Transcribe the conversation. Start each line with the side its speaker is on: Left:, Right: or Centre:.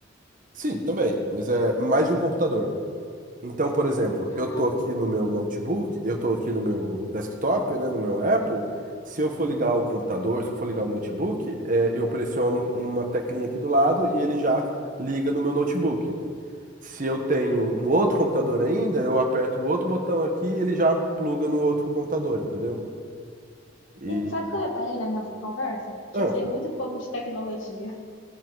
Right: Sim, também, mas é mais de um computador. Então, por exemplo,
Left: Caraca.
Right: eu tô aqui no meu notebook, eu tô aqui no meu desktop, né, no meu Apple. Se eu for ligar o computador, se eu for ligar o notebook, é, eu pressiono uma teclinha aqui do lado e ele já liga no meu notebook. Se eu tenho um outro computador ainda, eu aperto o outro botão aqui, e ele já pluga no outro computador, entendeu? E
Left: E sabe o que eu reparei na nossa conversa? Que
Right: ah,
Left: eu sei muito pouco de tecnologia.